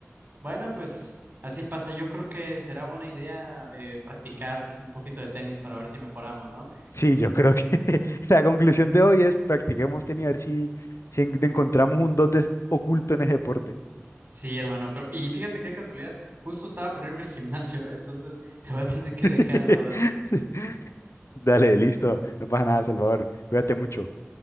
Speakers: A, on the right (about 40°); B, on the left (about 75°).
A: Bueno, pues así pasa. Yo creo que será buena idea eh, practicar un poquito de tenis para ver si mejoramos, ¿no?
B: Sí, yo creo que <laughs> la conclusión de hoy es practiquemos tenis a ver si, si en- encontramos un dotes oculto en ese deporte.
A: Sí, hermano, pero y fíjate qué casualidad, justo estaba por irme al gimnasio, ¿eh? Entonces <laughs> te voy a tener que
B: <laughs>
A: dejar, brother.
B: Dale, listo. No pasa nada, Salvador. Cuídate mucho.